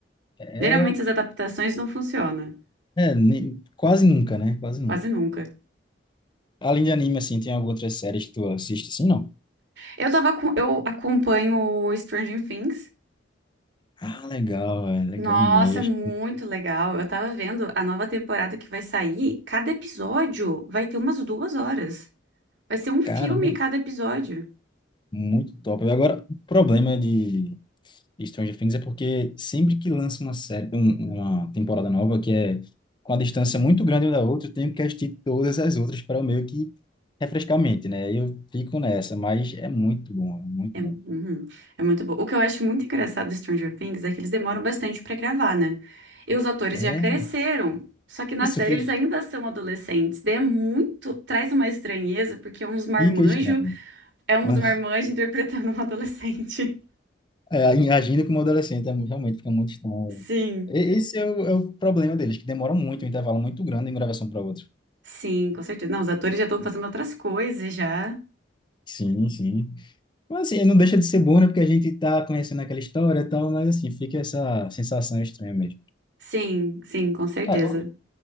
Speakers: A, on the left; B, on the right.
A: É,
B: Geralmente
A: é,
B: as adaptações não funcionam,
A: é, nem- quase nunca, né? Quase nunca.
B: quase nunca.
A: Além de anime, assim, tem algumas outras séries que tu assiste, assim, não?
B: Eu tava com, eu acompanho o Stranger Things.
A: Ah, legal, é legal
B: Nossa,
A: demais.
B: muito legal. Eu tava vendo a nova temporada que vai sair. Cada episódio vai ter umas duas horas. Vai ser um filme
A: Caramba,
B: cada episódio.
A: muito top. Agora, o problema de de Stranger Things é porque sempre que lança uma série, um- uma temporada nova que é com a distância muito grande uma da outra, eu tenho que assistir todas as outras para meio que refrescar a mente, né? Eu fico nessa, mas é muito bom, é muito
B: É,
A: bom.
B: uhum, é muito bom. O que eu acho muito engraçado do Stranger Things é que eles demoram bastante pra gravar, né? E os atores
A: É
B: já cresceram. Só que na
A: isso,
B: série
A: fica,
B: eles ainda são adolescentes. Daí é muito. Traz uma estranheza, porque é uns marmanjo,
A: fica estranho.
B: é uns
A: <laughs>
B: marmanjo <laughs> interpretando um adolescente.
A: É, agindo como adolescente, é, mu- realmente fica muito estranho.
B: <laughs> Sim.
A: E- Esse é o, é o problema deles, que demora muito, um intervalo muito grande em gravação para outra.
B: Sim, com certeza. Não, os atores já estão fazendo outras coisas já.
A: Sim, sim. Mas assim, não deixa de ser bom, né? Porque a gente tá conhecendo aquela história e tal, mas assim, fica essa sensação estranha mesmo.
B: Sim, sim, com certeza.
A: É, ou-